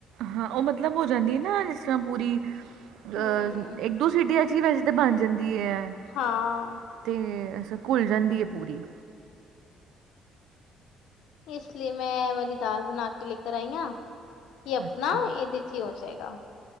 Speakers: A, on the right; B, on the left.
A: ਹਾਂ ਉਹ ਮਤਲਬ ਹੋ ਜਾਂਦੀ ਨਾ, ਜਿਸ ਤਰ੍ਹਾਂ ਪੂਰੀ ਅਹ
B: ਹਮ
A: ਇੱਕ ਦੋ ਸੀ ਡ ਵੈਜ ਤਾਂ ਬਣ ਜਾਂਦੀ ਹੈ।
B: ਹਾਂ।
A: ਅਤੇ ਅ ਘੁੱਲ ਜਾਂਦੀ ਹੈ ਪੂਰੀ।
B: ਇਸ ਲਈ ਮੈਂ ਵਾਲੀ ਦਾਲ ਬਣਾ ਕੇ ਲੈਕ ਆਈ ਹਾਂ, ਕਿ ਆਪਣਾ
A: ਅੱਛਾ
B: ਇਹਦੇ ਐਥੀ ਹੋ ਜਾਏਗਾ।